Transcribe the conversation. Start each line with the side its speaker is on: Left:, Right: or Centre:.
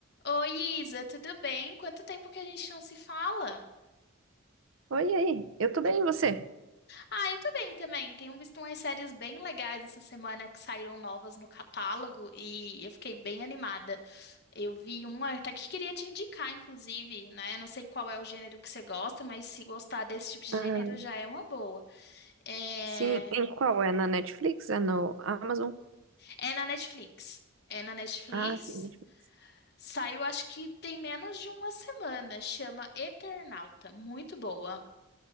Left: Oi, Isa, tudo bem? Quanto tempo que a gente não se fala?
Right: Oi, e aí, eu tô bem, e você?
Left: Ah, eu tô bem também. Tenho visto umas séries bem legais essa semana que saíram novas no catálogo e eu fiquei bem animada. Eu vi uma até que queria te indicar, inclusive, né? Não sei qual é o gênero que você gosta, mas se gostar desse tipo de
Right: Ah,
Left: gênero já é uma boa. É,
Right: sim, em qual? É na Netflix? É no Amazon?
Left: é na Netflix. É na Netflix.
Right: Ah, sim, Netflix.
Left: Saiu, acho que tem menos de uma semana. Chama Eternauta. Muito boa.